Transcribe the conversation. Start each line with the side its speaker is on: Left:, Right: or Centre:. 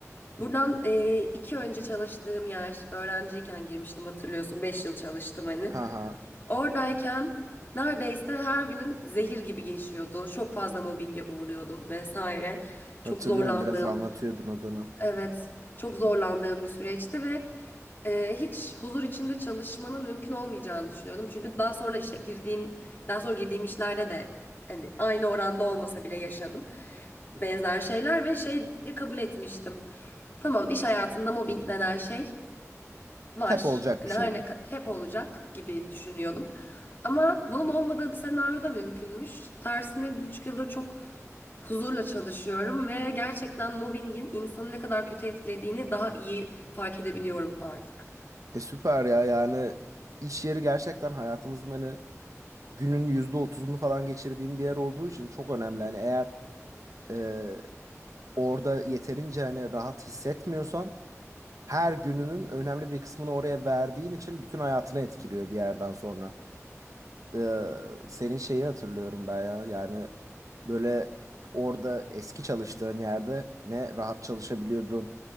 Left: Buradan e, iki önce çalıştığım yer, öğrenciyken girmiştim hatırlıyorsun. Beş yıl çalıştım hani.
Right: Ha ha.
Left: Oradayken neredeyse her günüm zehir gibi geçiyordu. Çok fazla mobbinge uğruyordum vesaire. Çok
Right: Hatırlıyorum
Left: zorlandığım,
Right: biraz anlatıyordun o dönem.
Left: evet, çok zorlandığım bir süreçti ve e, hiç huzur içinde çalışmanın mümkün olmayacağını düşünüyordum. Çünkü daha sonra işe girdiğim, daha sonra girdiğim işlerde de hani aynı oranda olmasa bile yaşadım benzer şeyler ve şeyi kabul etmiştim. Tamam, iş hayatında mobbing denen şey var.
Right: Hep olacak
Left: Hani
Right: bir şey
Left: her
Right: gibi.
Left: ne kadar hep olacak gibi düşünüyordum. Ama bunun olmadığı bir senaryo da mümkünmüş. Tersine bir buçuk yıldır çok huzurla çalışıyorum ve gerçekten mobbingin insanı ne kadar kötü etkilediğini daha iyi fark edebiliyorum artık.
Right: E süper ya yani iş yeri gerçekten hayatımızın hani günün %30'unu falan geçirdiğim bir yer olduğu için çok önemli. Hani eğer e, orada yeterince hani rahat hissetmiyorsan her gününün önemli bir kısmını oraya verdiğin için bütün hayatını etkiliyor bir yerden sonra. Ee, senin şeyi hatırlıyorum ben ya. Yani böyle orada eski çalıştığın yerde ne rahat çalışabiliyordun.